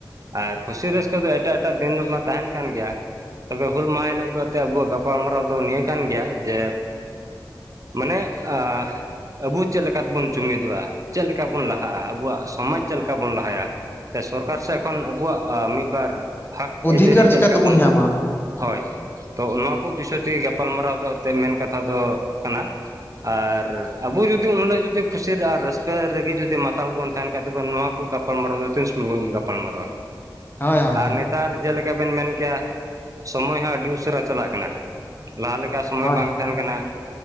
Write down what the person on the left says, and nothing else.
ᱚᱫᱷᱤᱠᱟᱨ
ᱪᱤᱠᱟ
ᱛᱮᱵᱚᱱ
ᱧᱟᱢᱟ
ᱦᱩᱸ
ᱦᱳᱭ ᱦᱳᱭ
ᱦᱳᱭ
ᱦᱳᱭ